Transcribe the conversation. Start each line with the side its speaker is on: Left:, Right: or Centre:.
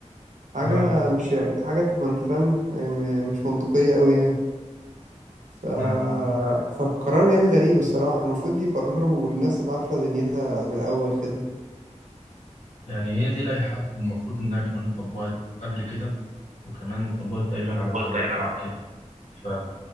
Right: حاجة
Left: لا
Right: مش يعني حاجة تبقى انت فاهم يعني م- مش منطقية قوي يعني ف...
Left: أنا
Right: فقرار يعني غريب الصراحة المفروض يقرروا الناس اللي عارفة دنيتها من الأول كده
Left: يعني هي دي لائحة والمفروض إنها كمان اتطبقت قبل كده وكمان اتطبقت تقريبا على الزمالك
Right: هو تقريبا على
Left: قبل كده فا